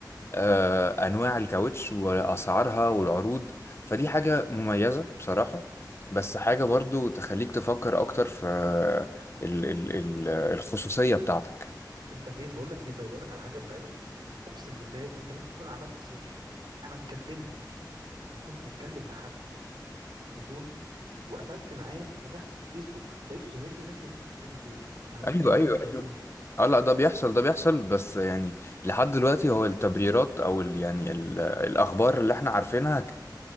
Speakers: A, on the left; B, on the right.
A: آه، انواع الكاوتش واسعارها والعروض فدي حاجه مميزه بصراحه بس حاجه برضو تخليك تفكر اكتر في ال ال ال الخصوصيه بتاعتك
B: انت فين بقول لك ايه طيب بقول لك على حاجه مرعبه اقسم بالله انت ممكن تكون عملت سيرش انا اتكلمت انا كنت بتكلم مع حد في التليفون وقفلت معاه وفتحت الفيسبوك لقيته ظاهر لي نفس اللي انت بتتكلم فيه ده انا
A: ايوه
B: دي مكالمه
A: ايوه
B: تليفون
A: ايوه اه لا ده بيحصل ده بيحصل بس يعني لحد دلوقتي هو التبريرات او ال يعني ال الاخبار اللي احنا عارفينها